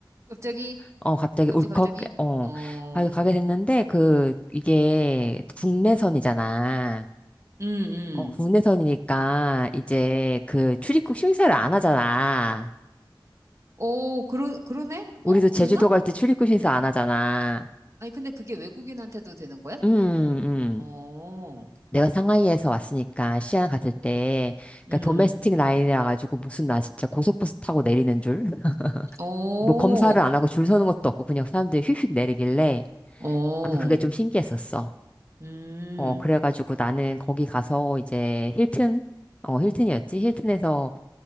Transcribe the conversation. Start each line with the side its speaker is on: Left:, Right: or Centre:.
Right: 갑자기
Left: 어, 갑자기
Right: 갑자기
Left: 울컥,
Right: 갑자기
Left: 어,
Right: 어.
Left: 가- 가게 됐는데, 그, 이게 국내선이잖아.
Right: 음,
Left: 어, 국내선이니까,
Right: 음.
Left: 이제 그 출입국 심사를 안 하잖아.
Right: 어, 그러 그러네?
Left: 우리도
Right: 어,
Left: 제주도
Right: 그러나?
Left: 갈 때 출입국 심사 안 하잖아.
Right: 아니 근데 그게 외국인한테도 되는 거야?
Left: 음, 음.
Right: 어.
Left: 내가 상하이에서 왔으니까 시안 갔을 때
Right: 음.
Left: 그러니까 도메스틱 라인이라 가지고 무슨 나 진짜 고속버스 타고 내리는 줄 <laughs>
Right: 어.
Left: 뭐 검사를 안 하고 줄 서는 것도 없고 그냥 사람들이 휙휙 내리길래
Right: 어.
Left: 아무튼 그게 좀 신기했었어.
Right: 음.
Left: 어 그래가지고 나는 거기 가서 이제 힐튼 어 힐튼이었지 힐튼에서